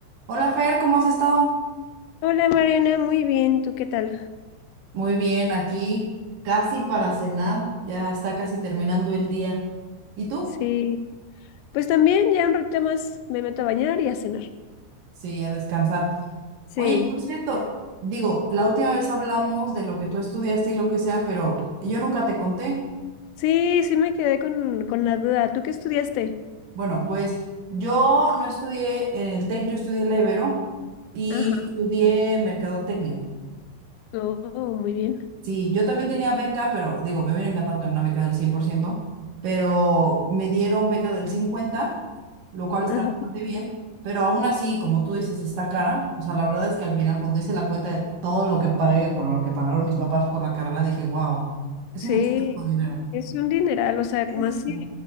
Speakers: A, on the right; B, on the left.
A: Hola Fer, ¿cómo has estado?
B: Hola Mariana, muy bien, ¿tú qué tal?
A: Muy bien, aquí casi para cenar, ya está casi terminando el día. ¿Y tú?
B: Sí, pues también ya un ratito más me meto a bañar y a cenar.
A: Sí, a descansar.
B: Sí,
A: Oye, por cierto, digo, la última vez hablamos de lo que tú estudiaste y lo que sea, pero yo nunca te conté.
B: sí, sí me quedé con, con la duda. ¿Tú qué estudiaste?
A: Bueno, pues yo no estudié en el TEC, yo estudié en la Ibero y
B: Ajá,
A: estudié mercadotecnia.
B: oh, muy bien.
A: Sí, yo también tenía beca, pero digo, me hubiera encantado tener una beca del 100%, pero me dieron beca del 50, lo cual está
B: Ajá.
A: bastante bien, pero aún así, como tú dices, está cara. O sea, la verdad es que al final, cuando hice la cuenta de todo lo que pagué, bueno, lo que pagaron mis papás por la carrera, dije, wow, es
B: Sí,
A: muchísimo dinero.
B: es un dineral, o sea,
A: Es-
B: como así,